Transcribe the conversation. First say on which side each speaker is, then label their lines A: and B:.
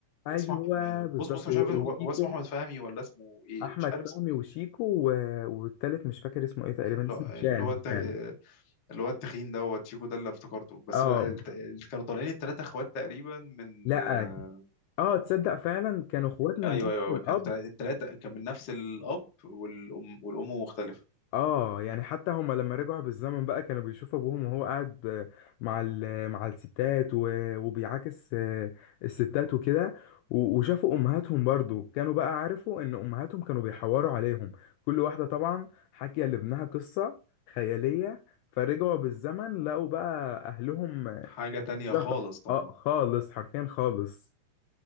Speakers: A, on the left (about 85°); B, on the left (about 70°).
A: ايوه
B: اسمه
A: بالظبط
B: بص بص مش
A: و-
B: عارف هو
A: وشيكو
B: هو اسمه احمد فهمي ولا اسمه ايه
A: احمد
B: مش عارف
A: فهمي
B: اسمه ايه
A: وشيكو و... والتالت مش فاكر اسمه ايه تقريبا
B: اللي
A: اسمه
B: هو اللي
A: هشام
B: هو
A: هشام
B: الت- اللي هو التخين دوت شيكو ده اللي افتكرته بس
A: اه
B: هو الت- اللي كانوا طالعين التلاتة اخوات تقريبا من
A: لا
B: آه،
A: اه تصدق فعلا كانوا اخوات من
B: ايوه
A: نفس
B: ايوه أيوة،
A: الاب
B: كان تل- التلاتة كان من نفس الاب والام والام مختلفة
A: اه يعني حتى هما لما رجعوا بالزمن بقى كانوا بيشوفوا ابوهم وهو قاعد آه، مع ال... مع الستات و... وبيعاكس آه، الستات وكده و... وشافوا امهاتهم برضو كانوا بقى عرفوا ان امهاتهم كانوا بيحوروا عليهم كل واحدة طبعا حكي لابنها قصة خيالية فرجعوا بالزمن لقوا بقى اهلهم
B: حاجة تانية
A: ده
B: خالص طبعا
A: اه خالص حرفيا خالص